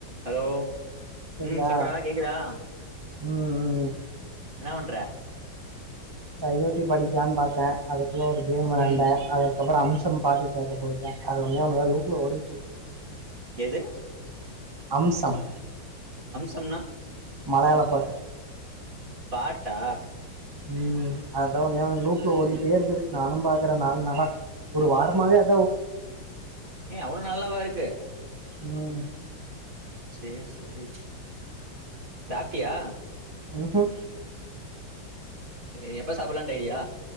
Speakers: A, on the right; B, on the right.
A: hello
B: கேக்குதா
A: ம் சொல்றா கேக்குதா
B: ம் ம்
A: என்ன பண்ற
B: இந்த அயோத்தி படிக்கலான்னு பாத்த அதுக்குள்ள ஒரு கேம் வெளாண்ட
A: ம்
B: அதுக்கப்பறம் அம்சம் பாட்டு கேக்க போயிட்ட அது ஒன்னே ஒன்னுதா லூப்ல ஓடிட்டுருக்கு
A: எது
B: அம்சம்
A: அம்சம்னா
B: மலையாள பாட்டு
A: பாட்டா
B: ம் ஆதான் ஒன்னே ஒன்னு லூப்ல ஓடி டே இருக்குது நானும் பாக்கற நாலு நாளா ஒரு வாரமாவே அ
A: ஏ அவ்ளோ நல்லாவா இரு க்கு
B: ம்
A: சேர் செரி சாப்ட்டியா
B: உஹும்
A: சேரி எப்ப சாப்பில்லான்ட்டு ஐடியா